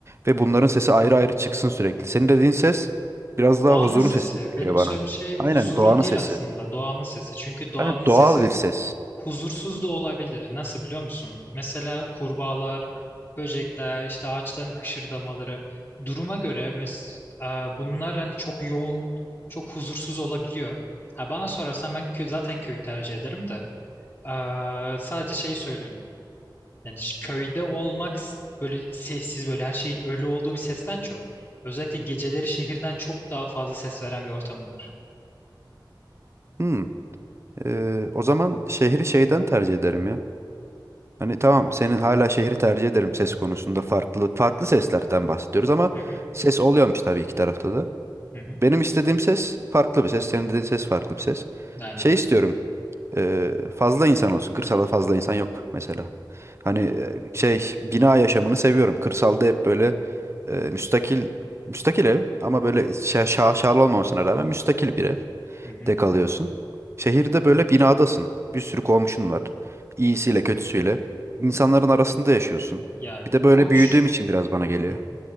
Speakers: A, on the right; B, on the left.
A: ve bunların sesi ayrı ayrı çıksın sürekli. Senin dediğin ses biraz
B: Doğanın
A: daha huzurun
B: sesi.
A: sesi gibi geliyor
B: Benim
A: bana.
B: söylediğim şey
A: Aynen
B: huzurun
A: doğanın
B: değil
A: sesi.
B: aslında doğanın sesi. Çünkü doğanın
A: Yani
B: sesi
A: doğal bir ses.
B: huzursuz da olabilir. Nasıl biliyor musun? Mesela kurbağalar, böcekler, işte ağaçların hışırdamaları. Duruma göre mes e, bunlar hani çok yoğun, çok huzursuz olabiliyor. Ha, bana sorarsan ben kö zaten köyü tercih ederim de. e, sadece şeyi söylüyorum. Yani ş- köyde olmak s- böyle sessiz böyle her şeyin ölü olduğu bir sesten çok. Özellikle geceleri şehirden çok daha fazla ses veren bir ortamı var.
A: Hmm. e, o zaman şehri şeyden tercih ederim ya. Hani tamam senin hala şehri tercih ederim ses konusunda farklı farklı seslerden bahsediyoruz ama
B: Hı hı,
A: ses oluyormuş tabii iki tarafta da.
B: hı hı.
A: Benim istediğim ses farklı bir ses. Senin dediğin ses farklı bir ses.
B: Aynen.
A: Şey istiyorum. e, fazla insan olsun. Kırsalda fazla insan yok mesela. Hani e, şey bina yaşamını seviyorum. Kırsalda hep böyle e, müstakil müstakil ev ama böyle şa şaşalı olmamasına rağmen müstakil bir
B: Hı hı.
A: evde kalıyorsun. Şehirde böyle binadasın. Bir sürü komşun var. İyisiyle kötüsüyle. İnsanların arasında yaşıyorsun.
B: Ya
A: Bir de
B: bu
A: böyle
B: komşu.
A: büyüdüğüm için biraz bana geliyor.
B: Hı hı.